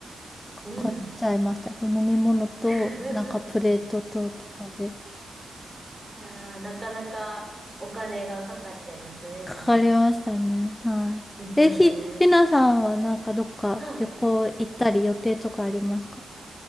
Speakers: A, on the left (about 25°); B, on the right (about 15°).
A: かかっちゃいました。
B: ー。うん。
A: その飲み物となんかプレートととかで。
B: <laughs> いやー、なかなかお金がかかっちゃいますね、
A: かかりましたね。
B: じゃあ。
A: はい。
B: ですよね。
A: え、ひ、ひなさんはなんかどっか旅行行ったり予定とかありますか
B: はい。